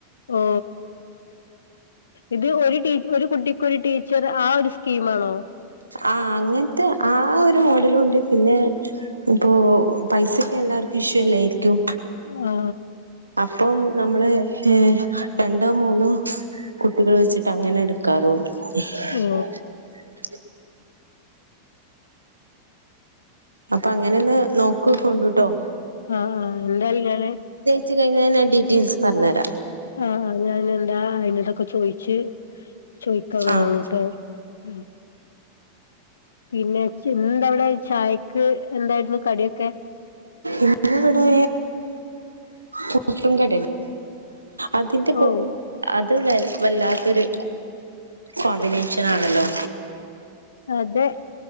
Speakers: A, on the left; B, on the right.
A: ഓ ഇത് ഒരു ടീ ഒരു കുട്ടിക്കൊരു ടീച്ചർ ആ ഒരു സ്കീം ആണോ?
B: ആ അങ്ങനത്തെ ആ ഒരു മോഡല് കൊണ്ട് പിന്നെ ഇപ്പോ പൈസക്ക് എല്ലാർക്കും ഇഷൂ അല്ലായിരിക്കും.
A: ആ
B: ആ ഇപ്പം നമ്മള് ഏ രണ്ടോ മൂന്നോ കുട്ടികൾ വെച്ചിട്ട് അങ്ങനെ എട് <unintelligible>
A: ഓ
B: അപ്പോ അങ്ങനെ ഒന്ന് നോക്ക് കൊണ്ട്ട്ടോ.
A: ആ ആ എന്ത്‌ <unintelligible>
B: ച്ച് കഴിഞ്ഞന്നെ ഡീറ്റെയിൽസ് പറഞ്ഞ തരാം.
A: ആ ഞാൻ എന്താ അയിനോടൊക്കെ ചോയിച്ച് ചോയിക്കാറുള്ളൂട്ടോ.
B: ആഹ്
A: മ് പിന്നെ എന്തവിടെ ചായ് ക്ക് എന്തായിരുന്നു കടിയൊ
B: ഇന്നിവിടെ പുട്ടും കടലേ അതിന്റെ കു
A: ഓ
B: അ ത് വ വല്ലാത്തൊരു കോമ്പിനേഷൻ ആണല്ലോ
A: അതെ